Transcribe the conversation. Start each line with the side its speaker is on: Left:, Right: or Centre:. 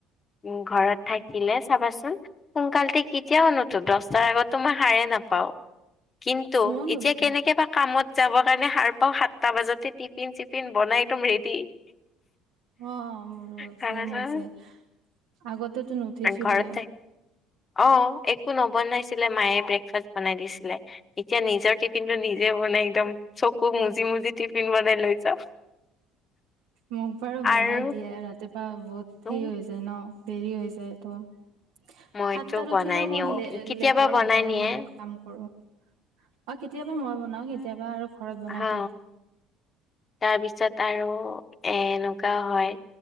Left: উম, ঘৰত থাকিলে চাবাচোন সোনকালতে কেতিয়াও নুঠো দছটাৰ আগততো মই সাৰে নাপাওঁ। কিন্তু
Right: ময়ো নুঠো
Left: এতিয়া কেনেকে পা কামত যাব কাৰণে সাৰ পাওঁ সাতটা বাজাতে টিফিন চিফিন বনাই একদম ৰেডি।
Right: অ, মোৰো
Left: চাবাচোন
Right: ছেম হৈছে আগতেতো নুঠিছিলোয়ে।
Left: ঘৰত থাকি অ, একো নবনাইছিলে মায়ে ব্ৰেকফাষ্ট বনাই দিছিলে। এতিয়া নিজৰ টিফিনটো নিজে বনাই একদম চকু মুজি -মুজি টিফিন বনাই লৈ যাওঁ।
Right: মোক বাৰু বনাই
Left: আৰু
Right: দিয়ে ৰাতিপুৱা বহুত
Left: তো
Right: হেই হৈ যে যে ন'দেৰি হৈ যায় ত'
Left: মইতো
Right: সাতটাত
Left: বনাই
Right: উঠিলেওঁ
Left: নিও
Right: মই লে -লেধাই-
Left: কেতিয়াবা বনাই
Right: লেধাই
Left: নিয়ে
Right: মানে কাম কৰো। অ, কেতিয়াবা মই বনাওঁ কেতিয়াবা আৰু ঘৰত বনাই
Left: হা
Right: দিয়ে।
Left: তাৰ পিছত আৰু এ -এনেকুৱা হয়